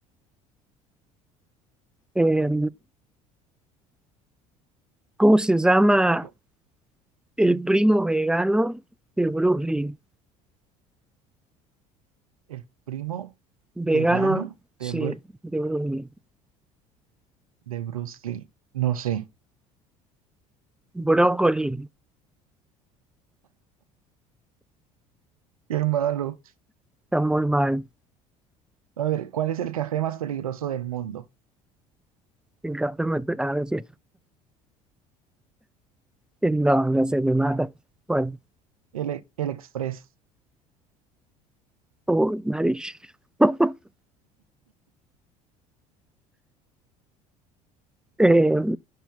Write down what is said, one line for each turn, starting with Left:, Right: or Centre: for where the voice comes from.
Centre: Eh, ¿cómo se llama?
Right: Co-
Centre: El primo vegano de Bruce Lee.
Right: El primo
Centre: Vegano,
Right: vegano
Centre: sí,
Right: de, Bru-
Centre: de Bruce Lee.
Right: de Bruce Lee. No sé.
Centre: Brócoli.
Right: Qué malo.
Centre: Está muy mal.
Right: A ver, ¿cuál es el café más peligroso del mundo?
Centre: El café me... A ver si... No, no sé, me mata. Bueno,
Right: El, e- el expreso.
Centre: oh, nariz. <laughs> Eh,